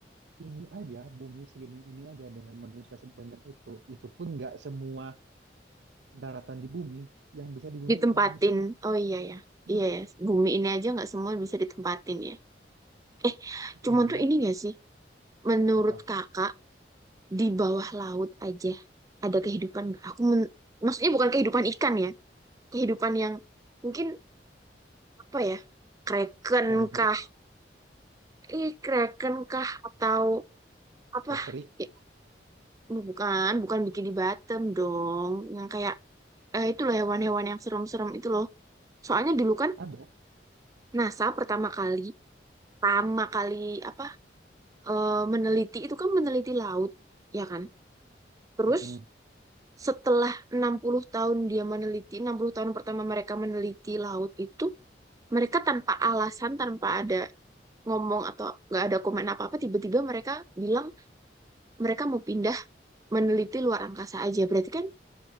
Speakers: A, on the right; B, on the right.
A: Ini aja bumi segini ini aja dengan manusia sebanyak itu, itu pun nggak semua daratan di bumi yang bisa dihuni
B: Ditempatin.
A: oleh manusia.
B: Oh iya ya.
A: Iya,
B: Iya ya, bumi ini aja nggak semua bisa ditempatin ya. Eh, cuman
A: ingat
B: tuh ini nggak sih? Menurut
A: apa?
B: kakak, di bawah laut aja ada kehidupan nggak? Aku men- maksudnya bukan kehidupan ikan ya. Kehidupan yang mungkin apa ya? Kraken
A: Pongo,
B: kah? eh kraken kah atau apa
A: Patrick,
B: ya, oh, bukan bukan bikini bottom dong yang kayak eh, itu loh hewan-hewan yang serem-serem itu loh soalnya dulu kan
A: ada.
B: NASA pertama kali pertama kali apa eh, meneliti itu kan meneliti laut ya kan terus
A: Mm-mm.
B: setelah 60 tahun dia meneliti 60 tahun pertama mereka meneliti laut itu mereka tanpa alasan tanpa ada ngomong atau nggak ada komen apa-apa tiba-tiba mereka bilang mereka mau pindah meneliti luar angkasa aja berarti kan